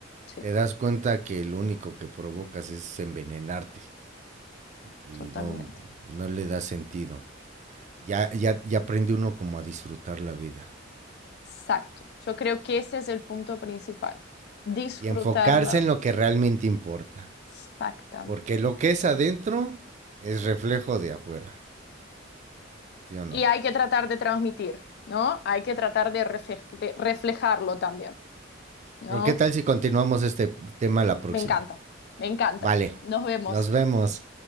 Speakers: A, on the left (about 55°); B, on the right (about 35°).
A: Sí,
B: Te das cuenta que lo único que provocas es envenenarte y
A: totalmente.
B: no, no le da sentido. Ya, ya, ya aprende uno como a disfrutar la vida
A: Exacto. Yo creo que ese es el punto principal. Disfrutar
B: y enfocarse
A: la
B: en
A: vida.
B: lo que realmente importa,
A: Exactamente.
B: porque lo que es adentro es reflejo de afuera, ¿sí o no?
A: Y hay que tratar de transmitir, ¿no? Hay que tratar de, refe- de reflejarlo también, ¿no?
B: Pero ¿qué tal si continuamos este tema la próxima?
A: Me encanta, me encanta.
B: Vale,
A: Nos vemos.
B: nos vemos.